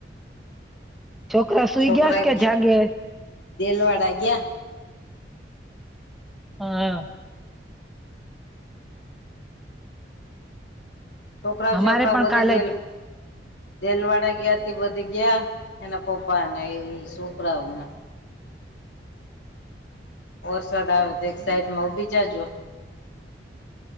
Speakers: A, in the centre; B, on the left.
A: છોકરા સુઈ
B: છોકરા
A: ગયા કે જાગે
B: દેલવાડા ગયા
A: હા
B: છોકરા
A: અમારે
B: છોકરા
A: પણ
B: બધે
A: કાલે
B: દેલ દેલવાડાા ગયા બધી ગયા એના પપ્પાને એ છોકરાઓને. વરસાદ આવે એક સાઈડમાં ઉ બી જાજો